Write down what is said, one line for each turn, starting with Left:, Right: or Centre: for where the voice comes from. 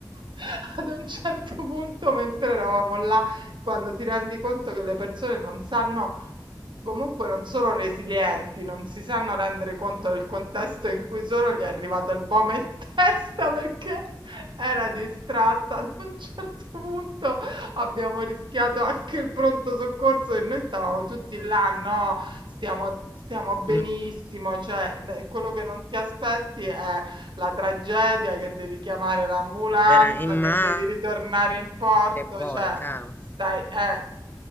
Right: <laughs> ad un certo punto mentre eravamo là, quando ti rendi conto che le persone non sanno comunque non sono resilienti, non si sanno rendere conto del contesto in cui sono, gli è arrivato il bome in <laughs> testa perché era distratta. Ad un certo punto abbiamo rischiato anche il pronto soccorso e noi stavamo tutti là, no, stiamo, stiamo benissimo,
Left: <laughs>
Right: cioè n- quello che non ti aspetti è la tragedia che devi chiamare l'ambulanza,
Left: Vera- in mare
Right: che devi ritornare in porto,
Left: poi,
Right: cioè
Left: cavolo,
Right: stai, eh,